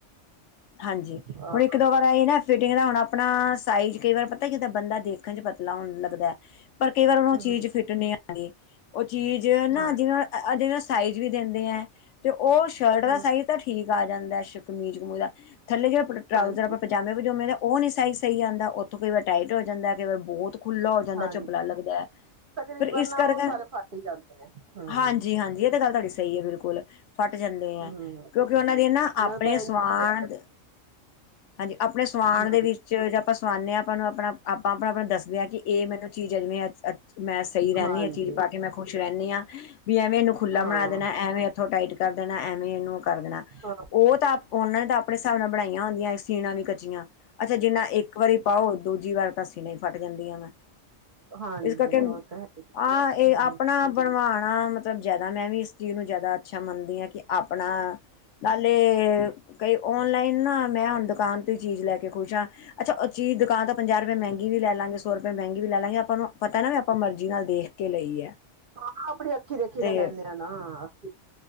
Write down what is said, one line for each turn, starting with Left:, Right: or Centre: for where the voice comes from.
Left: ਹਾਂਜੀ,
Right: ਅ
Left: ਹੁਣ ਇੱਕ ਦੋ -ਵਾਰ ਆਈ ਨਾ ਫਿਟਿੰਗ ਦਾ ਹੁਣ, ਆਪਣਾ ਸਾਈਜ਼ ਕਈ ਵਾਰ ਪਤਾ, ਜਿੱਦਾਂ ਬੰਦਾ ਦੇਖ ਹਾਂਜੀ, ਪਤਲਾ ਹੋਣ ਲੱਗਦਾ, ਪਰ ਕਈ ਵਾਰ, ਉਹ
Right: ਹੂੰ
Left: ਚੀਜ਼ ਚ ਫਿੱਟ ਨਹੀਂ ਆਂਨੀਂ ਉਹ ਚੀਜ਼ ਨਾ
Right: ਹਾਂ
Left: ਜਿਹਨਾ, ਅ ਜਿਹ ਸਾਈਜ਼ ਵੀ ਦਿੰਦੇ ਆ, ਤੇ ਉਹ ਸ਼ਰਟ ਦਾ
Right: ਹੂੰ
Left: ਸਾਈਜ਼ ਤਾਂ ਠੀਕ ਆ ਜਾਂਦਾ, ਸਮੀਜ਼ ਕਮੀਜ ਦਾ ਥੱਲੇ ਜਿਹੜਾ ਟਰਾਊਜ਼ਰ
Right: ਹਾਂਜੀ
Left: ਆਪਾਂ ਪਜਾਮੇ -ਪਜੂਮੇ ਦਾ ਉਹ ਨਹੀਂ ਸਾਈਜ਼ ਸਹੀ ਆਉਂਦਾ, ਉੱਥੋਂ ਕਈ ਵਾਰ ਟਾਈਟ ਹੋ ਜਾਂਦਾ, ਕਈ ਵਾਰ ਬਹੁਤ ਖੁੱਲ਼ਾ ਹੋ ਜਾਂਦਾ,
Right: ਹਾਂਜੀ
Left: ਚਝੱਪਲਾ ਲੱਗਦਾ
Right: ਤਕਰੀਬਨ
Left: ਫਿਰ ਇਸ
Right: ਨਾ,
Left: ਕਰਕੇ
Right: ਉਹ ਸਾਰੇ ਫਟ ਜਾਂਦੇ ਆ ਹਮ,
Left: ਹਾਂਜੀ ਹਾਂਜੀ ਇਹ ਗੱਲ ਤੁਹਾਡੀ ਸਹੀ ਹੈ ਬਿਲਕੁਲ ਫੱਟ ਜਾਂਦੇ ਆ,
Right: ਹੂੰ
Left: ਕਿਉਂਕਿ ਉਹਨਾਂ ਦੇ ਨਾ
Right: ਮੈਂ
Left: ਆਪਣੇ
Right: ਤਾਂ ਹੂੰ
Left: ਸਵਾਨ ਹਾਂਜੀ ਆਪਣੇ ਸਾਵਣ
Right: ਹੂੰ
Left: ਦੇ ਵਿੱਚ ਜਾ ਆਪਾਂ ਸਵਾਨਦੇ ਆ ਆਪਾਂ ਨੂੰ ਆਪਣਾ ਆਪਾਂ ਆਪਣਾ-ਆਪਣਾ ਦੱਸ ਦੱਸਦੇ ਆ ਕਿ ਇਹ ਮੈਨੂੰ ਚੀਜ਼ ਐਵੇਂ ਮੈਂ ਸਹੀ ਰਹਿੰਦੀ
Right: ਹਾਂਜੀ
Left: ਹਾਂ, ਚੀਜ਼ ਪਾ ਕੇ ਮੈਂ ਖ਼ੁਸ਼ ਰਹਿੰਦੀ ਹਾਂ ਵੀ ਐਵੇਂ ਇਹਨੂੰ ਖੁੱਲ੍ਹਾ
Right: ਹਾਂ
Left: ਬਣਾ ਦੇਣਾ ਐਵੇਂ ਇੱਥੋਂ ਟਾਈਟ ਕਰ ਦੇਣਾ ਐਵੇਂ ਇਹਨੂੰ ਕਰ ਦੇਣਾ,
Right: ਹਾਂ
Left: ਉਹ ਤਾਂ ਉਹਨਾਂ ਨੇ ਤਾਂ ਆਪਣੇ ਹਿਸਾਬ ਨਾਲ ਬਣਾਈਆਂ ਹੁੰਦੀਆਂ ਸੀਣਾ ਵੀ ਕੱਚੀਆਂ ਅੱਛਾ ਜਿੰਨਾ ਇੱਕ ਵਾਰੀ ਪਾਓ ਦੂਜੀ ਵਾਰ ਤਾਂ ਸੀਨ ਫਟ ਜਾਂਦੀਆਂ ਵਾ
Right: ਹਾਂਜੀ
Left: ਇਸ ਕਰਕੇ
Right: ਉਹ ਤਾਂ ਹੈ
Left: ਆਹ ਇਹ
Right: ਹੂੰ
Left: ਆਪਣਾ ਬਣਵਾਣਾ ਮਤਲਬ ਮਤਲਬ ਜਿਆਦਾ ਮੈਂ ਵੀ ਇਸ ਚੀਜ਼ ਨੂੰ ਜਿਆਦਾ ਅੱਛਾ ਮੰਨਦੀ ਹਾਂ ਕਿ ਆਪਣਾ ਨਾਲੇ ਕਈ? ਔਨਲਾਈਨ ਨਾ, ਮੈਂ ਹੁਣ ਦੁਕਾਨ ਤੋਂ ਹੀ ਚੀਜ਼ ਲੈ ਕੇ ਖੁਸ਼ ਹਾਂ ਅੱਛਾ, ਉਹ ਚੀਜ਼ ਦੁਕਾਨ ਤਾਂ ਪੰਜਾਹ ਰੁਪਏ ਮਹਿੰਗੀ ਵੀ ਲੈ ਲਾਂਗੇ ਸੌ ਰੁਪਏ ਮਹਿੰਗੀ ਵੀ ਲੈ ਲਾਂਗੇ ਆਪਾਂ ਨੂੰ ਪਤਾ ਨਾ ਵੀ ਆਪਾਂ ਮਰਜ਼ੀ ਨਾਲ ਦੇਖ ਕੇ ਲਈ ਹੈ।
Right: ਹਾਂ, ਆਪਣੀ ਅੱਖੀ ਦੀ ਅੱਖੀ
Left: ਤੇ
Right: ਦਾ ਲੈਂਦੇ ਆ ਨਾ ਅੱਖੀ